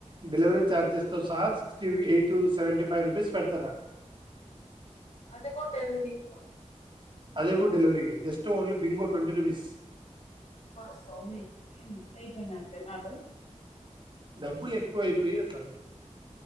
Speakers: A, on the right; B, on the left.
A: డెలివరీ చార్జెస్ తో సహా six to eight to seventy five rupees పెడ్తున్నారు
B: అది కూడా డెలివరికి
A: అదే కూడా డెలివరికి just only Bingo twenty rupees
B: అబ్బా స్వామి ఏం ఇట్ల అయిపోయినారు జనాలు
A: డబ్బులు ఎక్కువ అయిపోయి అట్లంతే